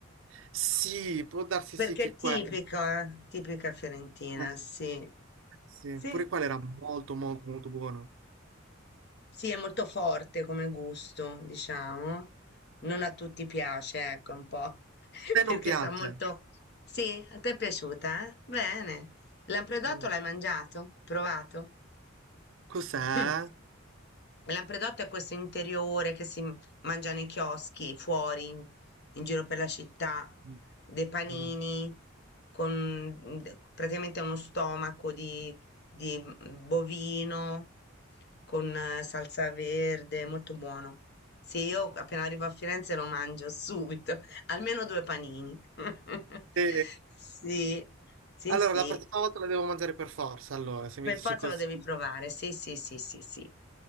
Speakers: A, on the right (about 65°); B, on the left (about 55°).
A: Sì, può darsi
B: perché
A: sì che
B: è
A: è
B: tipica,
A: quella.
B: eh, tipica fiorentina,
A: Eh.
B: sì.
A: Sì,
B: Sì.
A: pure quella era molto molto molto buona. A
B: Sì, è molto forte come gusto, diciamo. Non a tutti piace, ecco, un po', <laughs>
A: te
B: perché
A: non piace?
B: sa molto... Sì, a te è piaciuta, eh? Bene. Lampredotto
A: Mm.
B: l'hai mangiato? Provato?
A: Cos'è?
B: <clears throat> Mm. Il Lampredotto è questo interiore che si m- mangia nei chioschi, fuori, in, in giro per la città,
A: Mm,
B: dei panini,
A: No.
B: con mm, de- praticamente uno stomaco di di mm, bovino con eh, salsa verde, molto buono. Sì, io appena arrivo a Firenze lo mangio subito, <laughs> almeno due panini. <laughs>
A: Sì?
B: Sì, sì,
A: Allora,
B: sì,
A: la prossima volta la devo mangiare per forza, allora, se
B: per
A: mi dici
B: forza
A: così.
B: lo devi provare. Sì, sì, sì, sì, sì.